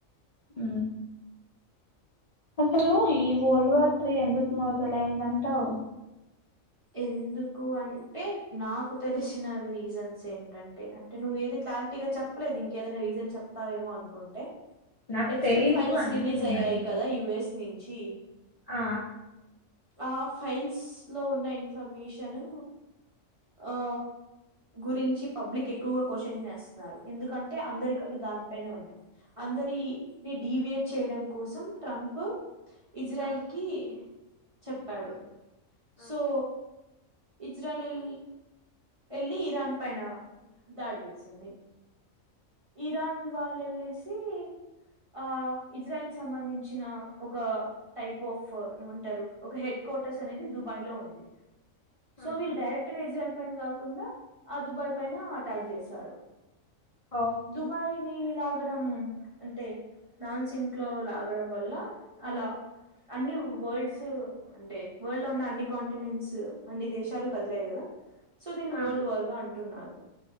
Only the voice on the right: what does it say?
ఎందుకు అంటే నాకు తెలిసిన రీజన్స్ ఏంటంటే అంటే నువ్వు ఏది క్లారిటీగా చెప్పలేదు ఇంకేదైనా రీజన్ చెప్తావేమో అనుకుంటే.
ఎప్స్టెంట్
ఫైల్స్
రిలీజ్
అయ్యాయి
కదా యుఎస్ నుం చ్చి
ఆ ఫైల్స్ లో ఉన్న ఇన్ న్ఫర్మేషను ఆ గురించి పబ్లిక్ ఎక్కువగా క్వశ్చన్ చేస్తున్నారు ఎందుకంటే అందరి కళ్ళు దానిపైనే ఉన్నాయి అందరి ని డివియేట్ చేయడం కోసం ట్రంప్ ఇజ్రాయల్
కి చెప్పాడు
సో ఇజ్రాలిల్ ఎల్లి ఇరాన్ పైన దాడి చేసింది ఇరాన్ వాళ్ళు ఎళ్ళేసి ఆ ఇజ్రాయల్ కి సంబంధించిన ఒక టైప్ ఆఫ్ ఏమంటరు ఒక హెడ్ క్వార్టర్స్ అనేది దుబాయ్ లో ఉంది సో
విల్ డైరె క్ట్‌గా ఇజ్రాయల్ పైన కాకుండా ఆ దుబాయ్ పైన అటాక్ చేశారు
దుబాయ్ ని లాగడం అంటే నాన్ సింక్ లో లాగడం వల్ల అలా అన్ని వల్డ్స్ అంటే వల్డ్ లో ఉన్న అన్ని కాంటినెంట్స్ అన్ని దేశాలు కదిలాయి కదా సో దీని
వర్ల్డ్ వార్ గా అం ంటున్నారు